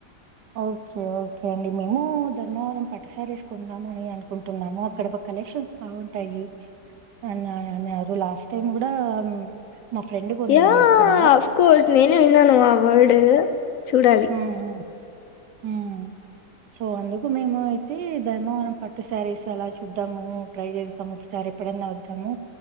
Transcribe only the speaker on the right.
ఓకే ఓకే అండి మేము ధర్మవరం పట్టుసారీస్ కొందాం అని అనుకుంటున్నాము అక్కడ కలెక్షన్స్ బాగుంటాయి అని అన్నారు లాస్ట్ టైం కూడా మా ఫ్రెండ్ కొనింది
అక్కడ
ఆహా హ్మ్ సో అందుకు మేము అయితే ధర్మవరం పట్టు శారీస్ అలా చూద్దాము ట్రై చేస్తాము ఒకసారి ఎప్పుడన్నా వద్దాము